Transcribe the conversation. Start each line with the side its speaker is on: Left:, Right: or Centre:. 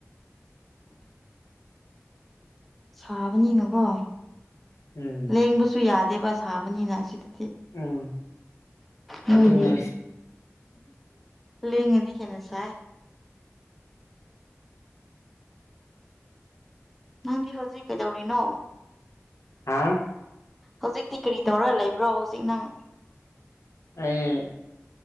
Centre: ꯁꯥꯕꯅꯤꯅꯀꯣ
Left: ꯎꯝ
Centre: ꯂꯦꯡꯕꯁꯨ ꯌꯥꯗꯦꯕ ꯁꯥꯕꯅꯤꯅ ꯁꯤꯗ
Left: ꯎꯝ
Centre: ꯅꯣꯏꯒꯤ
Left: ꯑꯗꯨꯅꯦ
Centre: ꯂꯦꯡꯉꯗꯤ ꯍꯦꯟꯅ ꯁꯥꯏ ꯅꯪꯗꯤ ꯍꯧꯖꯤꯛ ꯀꯩꯗꯧꯔꯤꯅꯣ
Left: ꯍꯥꯥ
Centre: ꯍꯧꯖꯤꯛꯇꯤ ꯀꯔꯤ ꯇꯧꯔ ꯂꯩꯕ꯭ꯔꯣ ꯍꯧꯖꯤꯛ ꯅꯪ
Left: ꯑꯩ